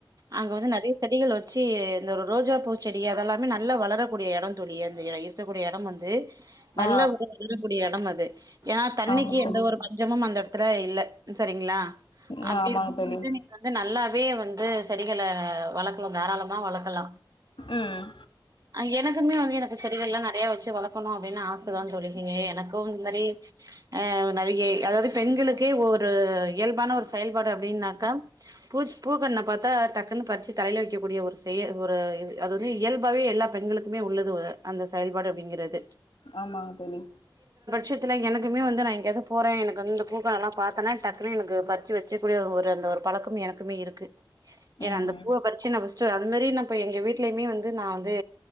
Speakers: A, on the right; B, on the left.
A: அங்க வந்து நிறைய செடிகள் வச்ச வச்சு இந்த ஒரு ரோஜா பூச்செடி அதெல்லாமே நல்லா வளரக்கூடிய இடம் தோழி அந்த இடம் இருக்கக்கூடிய இடம் வந்து நல்ல
B: ஆ
A: ஒரு வல்லக்கடிய இடம் அது அது ஏன்னா தண்ணிக்கு
B: ஆமா தோழி
A: எந்த ஒரு பஞ்சமும் அந்த ல இல்ல சரிங்களா
B: ம்
A: அப்டி
B: ஆமாங்க
A: இருக்குபோதுநீங்க
B: தோழி
A: வந்து நல்லா வே வந்து செடிகளை வளர்க்கலும் தாராளமா வளர்க்கலாம்
B: ம்
A: அ எனக் வந்து எனக்கு செடிகள்லாம் நிறைய வச்சு வளர்க்கணும் அப்படின்னு ஆசைதான் சொல்லீங்க எனக்கும் இந்த மாரி ஆஹ் நிறைய அதாவது பெண்களுக்கே ஒரு இயல்பான ஒரு செயல்பாடு அப்படின்னாக்கா பூ பூக்கண்ண பாத்தா டக்குன்னு பறிச்சு தலையில வைக்கக்கூடிய ஒரு செய ஒரு இ அது வந்து இயல்பாகே எல்லா பெண்களுக்குமே உள்ளது அந்த செயல்பாடு அப்படிங்கிறது
B: ஆமாதோலி
A: ஷத்துல எனக்குமே வந்து நான் எங்கோவது போறேன் எனக்கு வந்து பூக்கல்லாம் பாத்தனா டக்குனு எனக்கு பறிச்சு வச்ச வச்சக்கூடிய ஒரு அந்த ஒரு பழக்கம் எனக்குமே இருக்கு ஏன்னா
B: ம்
A: அந்த பூவை பறிச்சு அது மாரி நான் எங்க வீடலயுமே வந்து நான் வந்து